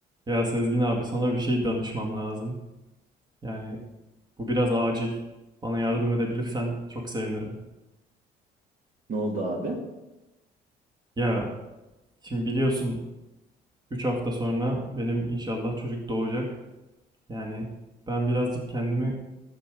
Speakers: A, on the right; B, on the right.
A: Ya Sezgin abi sana bir şey danışmam lazım. Yani bu biraz acil. Bana yardım edebilirsen çok sevinirim.
B: Ne oldu abi?
A: Ya şimdi biliyorsun 3 hafta sonra benim inşallah çocuk doğacak. Yani ben birazcık kendimi